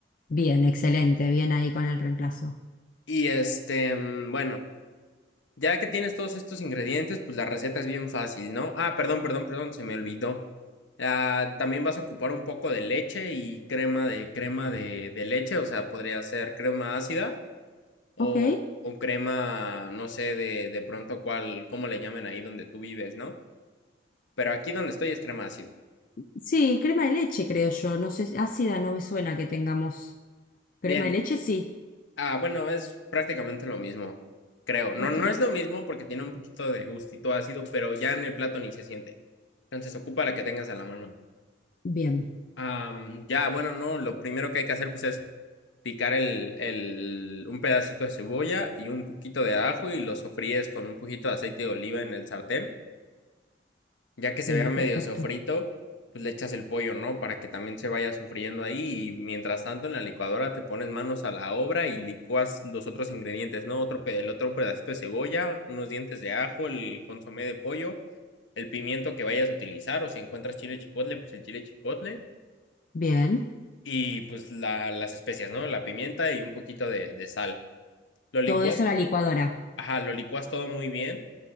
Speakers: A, on the left; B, on the left.
A: Bien, excelente, bien ahí con el reemplazo.
B: Y este, mm, bueno, ya que tienes todos estos ingredientes, pues la receta es bien fácil, ¿no? Ah, perdón, perdón, perdón, se me olvidó. Ah, también vas a ocupar un poco de leche y crema de crema de, de leche, o sea, podría ser crema ácida O,
A: Ok,
B: o crema, no sé de, de pronto cuál, cómo le llamen ahí donde tú vives, ¿no? Pero aquí donde estoy es crema ácida.
A: sí, crema de leche creo yo, no sé, ácida no me suena que tengamos. Crema
B: Bien,
A: de leche sí.
B: ah, bueno, es prácticamente lo mismo, creo. No,
A: Ok.
B: no es lo mismo porque tiene un poquito de gustito ácido, pero ya en el plato ni se siente. Entonces ocupa la que tengas a la mano.
A: Bien,
B: Am, ya, bueno, no, lo primero que hay que hacer pues es picar el, el, un pedacito de cebolla y un poquito de ajo y lo sofríes con un poquito de aceite de oliva en el sartén ya que
A: sí,
B: se vea medio
A: perfecto.
B: sofrito, pues le echas el pollo, ¿no? Para que también se vaya sufriendo ahí y mientras tanto en la licuadora te pones manos a la obra y licúas los otros ingredientes, ¿no? Otro, pe- el otro pedacito de cebolla, unos dientes de ajo, el consomé de pollo, el pimiento que vayas a utilizar o si encuentras chile chipotle, pues el chile chipotle
A: Bien,
B: y pues la- las especias, ¿no? La pimienta y un poquito de, de sal. Lo licuas,
A: todo eso a la licuadora.
B: ajá, lo licuas todo muy bien